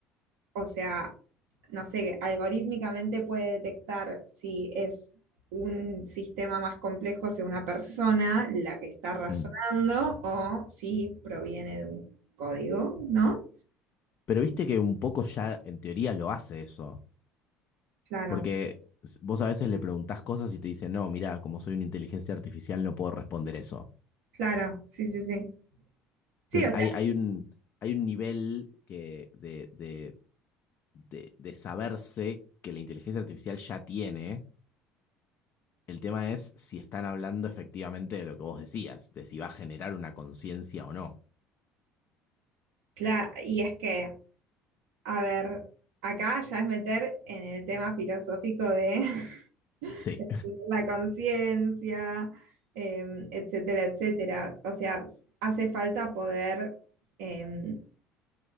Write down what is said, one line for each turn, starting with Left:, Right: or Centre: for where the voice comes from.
Right: o sea, no sé, que algorítmicamente puede detectar si es un sistema más complejo, si una persona la que está razonando
Left: Mm.
Right: o si proviene de un código, ¿no?
Left: Pero viste que un poco ya en teoría lo hace eso,
Right: Claro.
Left: porque s- vos a veces le preguntás cosas y te dicen, no, mira, como soy una inteligencia artificial no puedo responder eso.
Right: Claro, sí, sí, sí. Sí,
Left: Entonces
Right: o sea,
Left: hay, hay un, hay un nivel que de, de, de, de saberse que la inteligencia artificial ya tiene. El tema es si están hablando efectivamente de lo que vos decías, de si va a generar una conciencia o no.
Right: claro, y es que, a ver, acá ya es meter en el tema filosófico de
Left: Sí.
Right: <laughs> la conciencia, em, etcétera, etcétera. O sea, s- hace falta poder em,